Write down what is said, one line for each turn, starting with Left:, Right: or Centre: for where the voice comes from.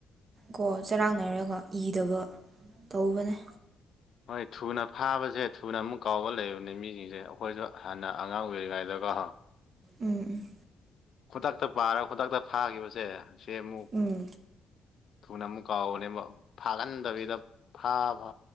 Right: ꯀꯣ ꯆꯔꯥꯡꯅꯔꯒ ꯏꯗꯕ ꯇꯧꯕꯅꯦ
Left: ꯍꯣꯏ ꯊꯨꯅ ꯐꯥꯕꯁꯦ ꯊꯨꯅ ꯑꯃꯨꯛ ꯀꯥꯎꯕ ꯂꯩꯕꯅꯦ ꯃꯤꯁꯤꯡꯁꯦ ꯑꯩꯈꯣꯏꯁꯨ ꯍꯥꯟꯅ ꯑꯉꯥꯡ ꯑꯣꯏꯔꯤꯉꯩꯗꯀꯣ ꯑ <inaudible>
Right: ꯎꯝ ꯎꯝ
Left: ꯈꯨꯗꯛꯇ ꯄꯥꯔ ꯈꯨꯗꯛꯇ ꯐꯥꯈꯤꯕꯁꯦ ꯁꯤ ꯑꯃꯨꯛ
Right: ꯎꯝ
Left: ꯊꯨꯅ ꯑꯃꯨꯛ ꯀꯥꯎꯕꯅꯦꯕ ꯐꯥꯒꯟꯗꯕꯤꯗ ꯐꯥꯕ